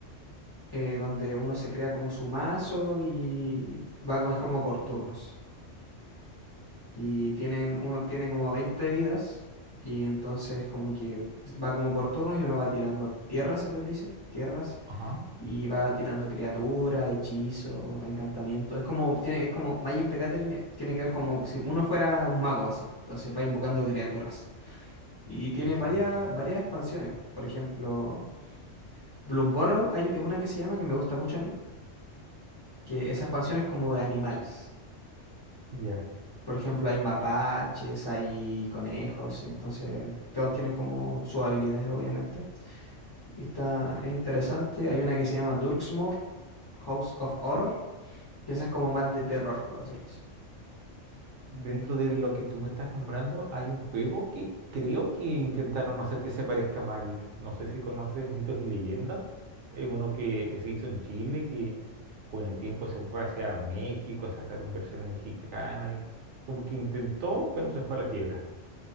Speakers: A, on the left; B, on the right.
A: eh, donde uno se crea como su mazo y va como, es como por turnos. Y tienen, uno tiene como 20 vidas y entonces como que va como por turnos y uno va tirando tierras, se les dice, tierras
B: Ajá.
A: Y va tirando criaturas, hechizos, encantamientos. Es como, tiene, es como Magic the Gathering eh, tiene que ver como si uno fuera un mago así. Entonces va invocando criaturas. Y tiene
B: Excelente.
A: varias, varias expansiones. Por ejemplo, Bloomburrow hay una que se llama que me gusta mucho a mí, que esa expansión es como de animales.
B: Ya.
A: Por ejemplo, hay mapaches, hay conejos, entonces todos tienen como sus habilidades, obviamente. Y está es interesante. Hay una que se llama Durksmore, House of Horror, que esa es como más de terror, por decirlo así.
B: Dentro de lo que tú me estás nombrando, hay un juego que creo que intentaron hacer que se parezca a Magic. No sé si conoces Mitos y Leyendas. Es uno que se hizo en Chile, que con el tiempo se fue hacia México, sacaron versiones mexicanas y como que intentó, pero se fue a la quiebra.